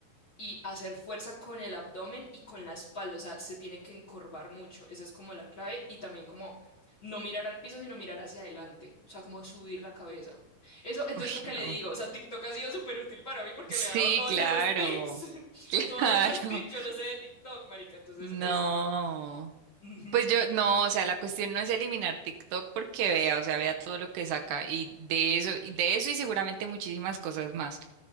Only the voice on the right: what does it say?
Uy,
no.
Sí,
claro.
<laughs> Claro.
No.
Pues yo, no, o sea, la cuestión no es eliminar TikTok porque vea, o sea, vea todo lo que saca y de
eso, y de eso y seguramente muchísimas cosas más.